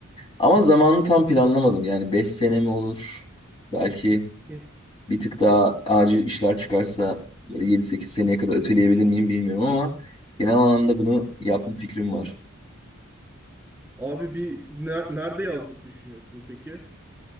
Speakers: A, on the left (about 25°); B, in the centre.
A: Ama zamanını tam planlamadım. Yani 5 sene mi olur? Belki
B: Hı.
A: bir tık daha acil işler çıkarsa yedi sekiz seneye kadar öteleyebilir miyim bilmiyorum ama genel anlamda bunu yapma fikrim var.
B: Abi bir ne- nerede yazlık düşünüyorsun peki?